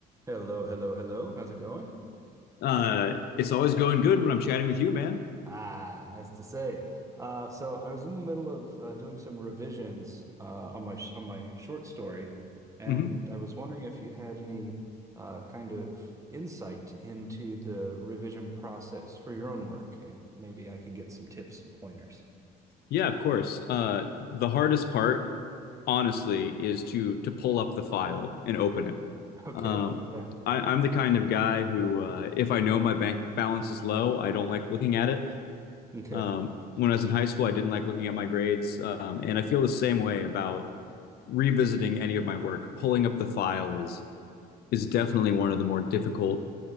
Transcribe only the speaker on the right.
Hello, hello, hello. How's it going?
Ah, nice to say. Uh, so I was in the middle of uh, doing some revisions uh, on my sh on my short story, and
I was wondering if you had any uh, kind of insight into the revision process for your own work, and maybe I can get some tips and pointers.
Okay.
Yeah.
Okay.